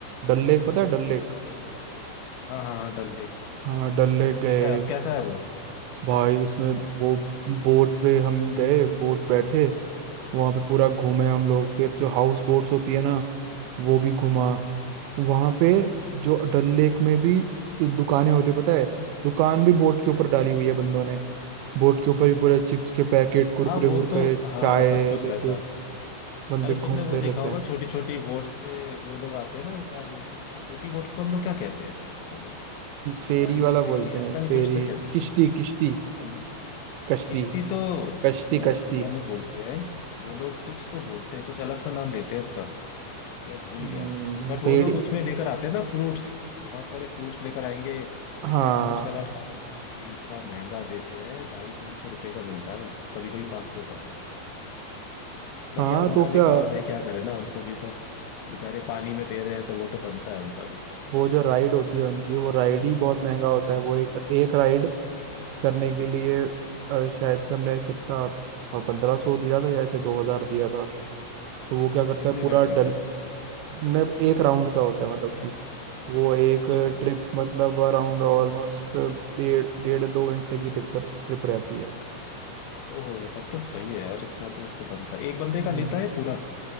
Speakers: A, on the right; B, on the left.
A: डल लेक पता है डल लेक
B: हाँ हाँ हाँ डल लेक
A: हाँ डल लेक गए
B: कैसा है अब कैसा है वो
A: भाई उसमें वो बोट पे हम गए बोट बैठे वहां पे पूरा घूमे हम लोग फिर जो हाउस बोट्स होती है ना वो भी घुमा
B: हाँ हाँ
A: वहां पे जो डल लेक में भी दुकानें होती है पता है दुकान भी बोट के ऊपर डाली हुई है बंदों ने बोट के ऊपर ही पूरे चिप्स के पैकेट कुरकुरे
B: हाँ वो
A: वुरकुरे
B: तो हाँ
A: चाय
B: सब कुछ
A: लेके
B: रहता है
A: बंदे
B: अरे
A: घूमते
B: तुमने वो देखा
A: रहते
B: होगा
A: हैं
B: छोटी छोटी बोट्स पे वो लोग आते हैं ना वो क्या बोलते हैं उसको छोटी बोट को हम लोग क्या कहते हैं उसको पता नहीं
A: फेरी
B: शिकारी
A: वाला
B: शिकरी
A: बोलते हैं
B: पता नहीं
A: फेरी
B: कुछ तो कहते
A: किश्ती किश्ती
B: हैं
A: कश्ती
B: किश्ती तो
A: कश्ती
B: नॉर्थ
A: कश्ती
B: इंडिया में बोलते हैं वो लोग कुछ तो बोलते हैं कुछ अलग सा नाम लेते हैं उसका मैं भूल
A: हम्म,
B: गया बट
A: बेड़ी
B: वो लोग उसमें लेकर आते हैं ना फ्रूट्स बहुत सारे फ्रूट्स लेकर आएंगे
A: हाँ
B: कि सर फ्रूट सलाद खा लो भाई इतना महंगा देते हैं ढाई तीन सौ रुपए का मिलता है वो कभी कभी पाँच सौ का बट
A: हाँ
B: यार उनका
A: तो
B: भी
A: क्या
B: काम है क्या करे ना उनको भी तो बेचारे पानी में दे रहे हैं तो वो तो बनता है उनका भी
A: वो जो राइड होती है उनकी वो राइड ही बहुत महंगा होता
B: हम्म,
A: है वो एक एक राइड करने के लिए अ, शायद से हमने कितना पंद्रह सौ दिया था या से दो हजार दिया था तो वो क्या करता
B: कितने
A: है पूरा
B: घंटे
A: डल
B: के लिए
A: ने एक राउंड का होता है मतलब कि वो एक
B: अच्छा
A: ट्रिप मतलब अराउंड ऑलमोस्ट डेढ़ डेढ़ दो घंटे की ट्रिप पर ट्रिप रहती है
B: ओहो तब तो सही है यार इतना तो फिर बनता है एक बंदे का
A: हम्म,
B: लेता है पूरा